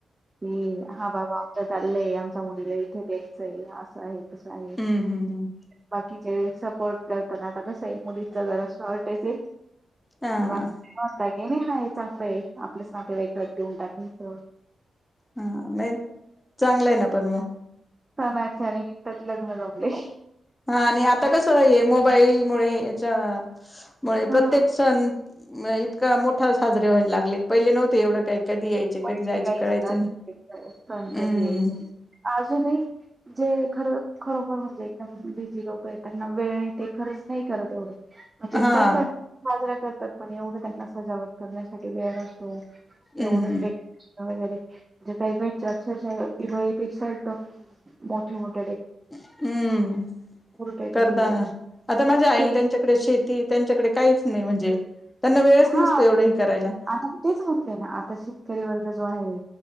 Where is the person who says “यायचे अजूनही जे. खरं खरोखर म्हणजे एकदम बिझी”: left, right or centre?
Right